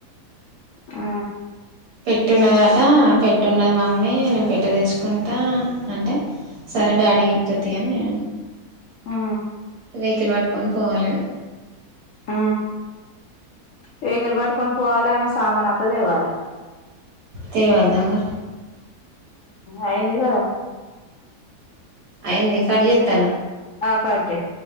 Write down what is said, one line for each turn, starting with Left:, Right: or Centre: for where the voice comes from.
Left: ఆ
Right: పెట్టే ఉన్నదట పెట్టున్నది మమ్మీ నేను పెట్ట తెచ్చుకుంటా అంటే సరే డాడీ కి చెప్త తీయి అని నేనన్న
Left: ఆ
Right: వెహికల్ పట్టుకొని పోవాలిగా
Left: ఆ వెహికల్ పట్టుకొని పోవాలే ఆమే సామాను అంత తేవాలే
Right: తేవద్దా మరి
Left: అయింది కదా
Right: అయింది కట్ చేతన
Left: ఆ కట్ చేయి